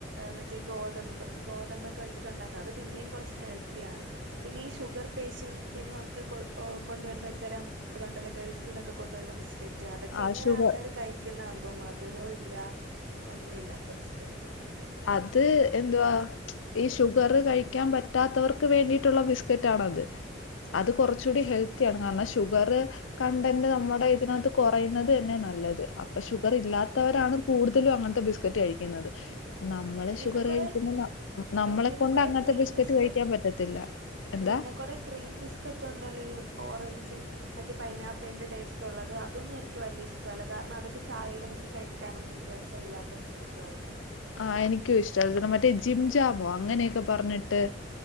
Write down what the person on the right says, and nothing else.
മറ്റേ ഗോതമ്പ് ഗോതമ്പൊക്കെ വെച്ചിട്ട് ഉണ്ടാക്കാ. അത് പിന്നെയും കുറച്ച് ഹെൽത്തി ആണ്. പിന്നെ ഈ ഷുഗർ പേഷ്യന്റിനും ഒക്കെ കൊണ്ടുവരുന്ന ഒരു തരം ഇതുണ്ടല്ലോ ഗൾഫീന്നൊക്കെ കൊണ്ടുവരുന്ന ബിസ്ക്ക റ്റ് അതൊക്കെ
എങ്ങനാൾക്കാര്
കഴിക്കുന്ന ത് മധുരോ ഇല്ലാ ഒന്നു ഇല്ലാത്ത ബിസ്കറ്റ്.
അത
പിന്നെ
കൊറെ
പിന്നെ
കൊറെ
ക്രീം
ബിസ്ക,
പിന്നെ കൊറെ ക്രീം ബിസ്കറ്റ് ഉണ്ടല്ലോ ഓറഞ്ച് മറ്റേ പൈനാപ്പിളിന്റെ ടേസ്റ്റ് ഉള്ളത്. അതൊന്നും എനിക്ക് വലിയ ഇഷ്ടവല്ല. കാരണം അതൊക്കെ ചായയിൽ മുക്കി കഴിക്കാനൊന്നും രസവില്ലാത്ത ബിസ്കറ്റുകളാഓണ്ട്